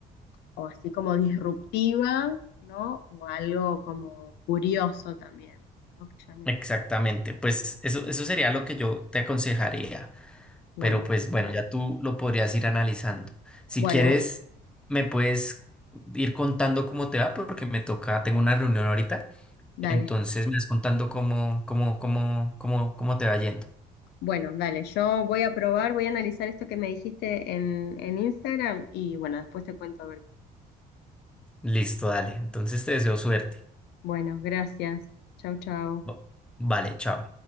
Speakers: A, on the left; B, in the centre.
A: o así como disruptiva, ¿no? O algo como curioso también, ¿no? Que llame
B: Exactamente,
A: la atención.
B: pues eso, eso sería lo que yo te aconsejaría,
A: Bueno,
B: pero pues bueno, ya tú lo podrías ir analizando. Si
A: bueno,
B: quieres, me puedes ir contando cómo te va, porque me toca, tengo una reunión ahorita,
A: dale.
B: entonces me vas contando cómo, cómo, cómo, cómo, cómo te va yendo.
A: Bueno, dale. Yo voy a probar, voy a analizar esto que me dijiste en, en Instagram y bueno, después te cuento a ver.
B: Listo, dale, entonces te deseo suerte.
A: Bueno, gracias. Chau, chau.
B: Bo- Vale, chao.